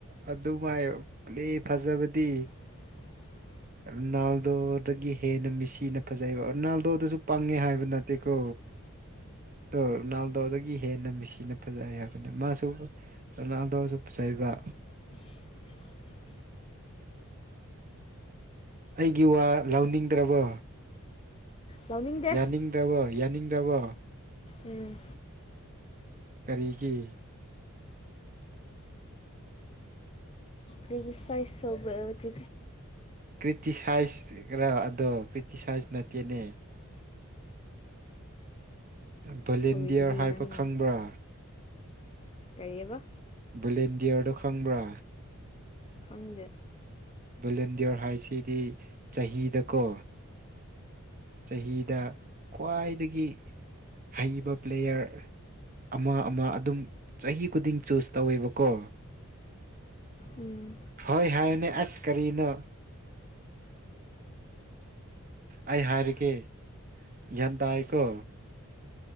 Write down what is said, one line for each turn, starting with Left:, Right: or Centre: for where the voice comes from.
Right: ꯑꯗꯨꯃꯥꯏ ꯄ꯭ꯂꯦ ꯐꯖꯕꯗꯤ
Left: <inaudible>
Right: ꯔꯣꯅꯥꯜꯗꯣꯗꯒꯤ ꯍꯦꯟꯅ ꯃꯤꯁꯤꯅ ꯐꯖꯩꯕ ꯔꯣꯅꯥꯜꯗꯣꯗꯁꯨ ꯄꯥꯡꯉꯦ ꯍꯥꯏꯕ ꯅꯠꯇꯦꯀꯣ
Left: <inaudible>
Right: ꯑ ꯔꯣꯅꯥꯜꯗꯣꯗꯒꯤ ꯍꯦꯟꯅ ꯃꯤꯦꯁꯤꯅ ꯐꯖꯩ ꯍꯥꯏꯕꯅꯦ ꯃꯥꯁꯨ ꯔꯣꯅꯥꯜꯗꯣꯁꯨ ꯐꯖꯩ ꯂꯩꯕ
Left: <inaudible>
Right: ꯑꯩꯒꯤ ꯋꯥ ꯂꯧꯅꯤꯡꯗ꯭ꯔꯕꯣ
Left: ꯂꯧꯅꯤꯡꯗꯦ
Right: ꯌꯥꯅꯤꯡꯗ꯭ꯔꯕꯣ ꯌꯥꯅꯤꯡꯗ꯭ꯔꯕꯣ
Left: ꯎꯝ
Right: ꯀꯔꯤꯒꯤ
Left: ꯀꯇ ꯁꯋꯥ ꯁ ꯀ
Right: ꯀ꯭ꯔꯤꯇꯤꯁꯥꯏꯁ ꯈꯔ ꯑꯗꯣ ꯀ꯭ꯔꯤꯇꯤꯁꯥꯏꯁ ꯅꯠꯇꯦꯅꯦ ꯚꯣꯂꯦꯟꯗꯤꯌꯔ
Left: ꯇꯧꯔꯤꯗꯨꯗꯤ
Right: ꯍꯥꯏꯕ
Left: ꯅꯪꯅ
Right: ꯈꯪꯕ꯭ꯔꯥ
Left: ꯀꯔꯤꯑꯕ
Right: ꯕꯨꯂꯦꯟ ꯗꯤꯌꯔꯗꯣ ꯈꯪꯕ꯭ꯔꯥ
Left: ꯈꯪꯗꯦ
Right: ꯚꯣꯂꯦꯟꯗꯤꯌꯔ ꯍꯥꯏꯁꯤꯗꯤ ꯆꯍꯤꯗꯀꯣ ꯆꯍꯤꯗ ꯈ꯭ꯋꯥꯏꯗꯒꯤ ꯍꯩꯕ ꯄ꯭ꯂꯦꯌꯔ ꯑꯃ ꯑꯃ ꯑꯗꯨꯝ ꯆꯍꯤ ꯈꯨꯗꯤꯡ ꯆꯨꯁ ꯇꯧꯋꯦꯕꯀꯣ
Left: ꯎꯝ
Right: ꯍꯣꯏ ꯍꯣꯏꯅꯦ ꯑꯁ ꯀꯔꯤ ꯅ ꯑꯩ ꯍꯥꯏꯔꯒꯦ ꯒ꯭ꯌꯥꯟ ꯇꯥꯏꯀꯣ